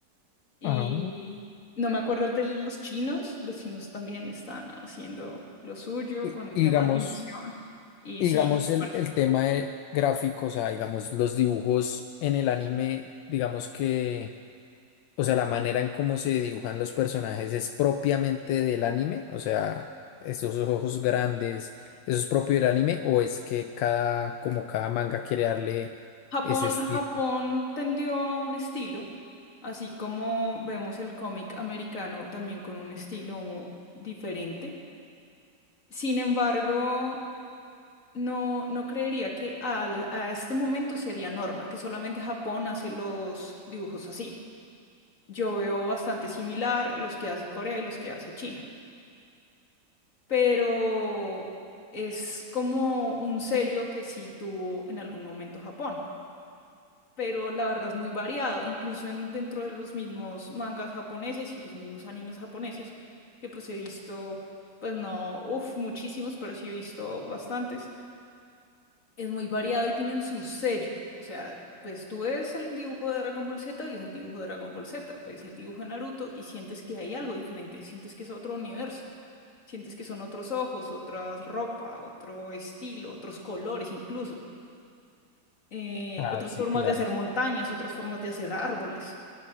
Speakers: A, on the left; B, on the left.
A: Y
B: Ah.
A: no me acuerdo el de los chinos, los chinos también están haciendo lo suyo
B: Y,
A: con el
B: y
A: tema
B: digamos,
A: de animación. Y
B: Y
A: sí,
B: Digamos
A: bueno.
B: el, el tema de gráficos, o sea, digamos los dibujos en el anime, digamos que, o sea, la manera en cómo se dibujan los personajes es propiamente del anime, o sea, esos ojos grandes, ¿eso es propio del anime o es que cada, como cada manga quiere darle
A: Japón,
B: ese estilo?
A: Japón tendió a un estilo, así como vemos el cómic americano también con un estilo diferente. Sin embargo, no, no creería que al- a este momento sería norma, que solamente Japón hace los dibujos así. Yo veo bastante similar los que hace Corea y los que hace China, pero es como un sello que sí tuvo en algún momento Japón. pero la verdad es muy variado, incluso en, dentro de los mismos mangas japoneses y los mismos animes japoneses, que pues he visto, pues no, uff, muchísimos, pero sí he visto bastantes. Es muy variado y tienen su sello, o sea, pues tú ves el dibujo de Dragon Ball Z y es el dibujo de Dragon Ball Z, ves el dibujo de Naruto y sientes que hay algo diferente, sientes que es otro universo. Sientes que son otros ojos, otras ropa, otro estilo, otros colores incluso, eh,
B: Ah,
A: otras
B: sí,
A: formas
B: claro.
A: de hacer montañas, otras formas de hacer árboles